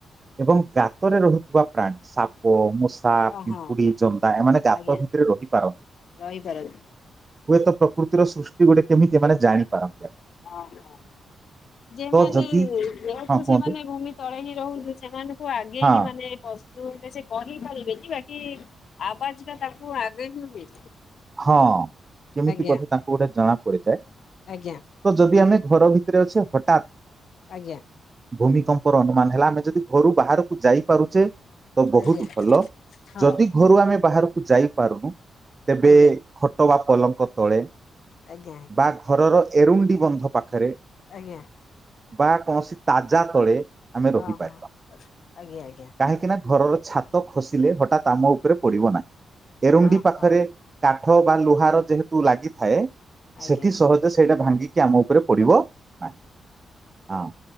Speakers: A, on the right; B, on the left.
A: ଏବଂ ଗାତରେ ରହୁଥିବା ପ୍ରାଣୀ ସାପ ମୂସ୍ ସା
B: ଓହଁ
A: ପିମ୍ପୁଡ଼ି ଜନ୍ଦା ଏମାନେ ଗାତ
B: ଆଜ୍ଞା
A: ଭିତରେ ରହି ପାର
B: ରହିପାରନ୍ତି
A: ହୁଏତ ପ୍ରକୃତିର ସୃଷ୍ଟି ଗୋଟେ କେମିତି ଏମାନେ ଜାଣିପାରନ୍ତି।
B: ଅ ହଁ। ଯେମାନେ
A: ତ ଯଦି
B: ଯେହତୁ
A: ହଁ କୁହନ୍ତୁ
B: ସେମାନେ ଭୂମି ତଳେ ହିଁ ରହୁନ୍ତି ସେମାନଙ୍କୁ ଆଗେ
A: ହଁ
B: ହିଁ ମାନେ ପଶୁ ହେଲେ ସେ କରିି ପାରିବେନି ବାକି ଆବାଜଟା ତାକୁ ଆଗେ ହିଁ ହୁଏ।
A: ହଁ କେମିତି
B: ଆଜ୍ଞା
A: ପଛେ ତାଙ୍କୁ ଗୋଟେ ଜଣା ପଡିଯାଏ। ତ
B: ଆଜ୍ଞା
A: ଯଦି ଆମେ ଘର ଭିତରେ ଅଛେ ହଠାତ୍
B: ଆଜ୍ଞା।
A: ଭୂମିକମ୍ପର ଅନୁମାନ ହେଲା ଆମେ ଯଦି ଘରୁ ବାହାରକୁ ଯାଇପାରୁଚେ ତ ବହୁତ
B: ଆଜ୍ଞା
A: ଭଲ
B: ହଁ
A: ଯଦି ଘରୁ ଆମେ ବାହାରକୁ ଯାଇପାରୁନୁ ତେବେ
B: ଆଜ୍ଞା
A: ଖଟ ବା ପଲଙ୍କ ତଳେ
B: ଆଜ୍ଞା ଆଜ୍ଞା।
A: ବା ଘରର ଏରୁଣ୍ଡି ବନ୍ଧ ପାଖରେ
B: ଆଜ୍ଞା।
A: ବା କୌଣସି ତାଜା ତଳେ ଆମେ ରହିପାରିବା
B: ଓହୋ ଆଜ୍ଞା ଆଜ୍ଞା
A: କାହିଁକି ନା ଘରର ଛା ତ ଖସିଲେ ହଠାତ୍ ଆମ ଉପରେ ପଡିବ ନାହିଁ ଏରୁଣ୍ଡି
B: ଓହୋ
A: ପାଖରେ କାଠ ବା ଲୁହାର ଯେହେତୁ ଲାଗିଥାଏ
B: ଆଜ୍ଞା
A: ସେଠି ସହଜେ ସେଇଟା ଭାଙ୍ଗି କି ଆମ ଉପରେ ପଡିବ ନାହିଁ ହଁ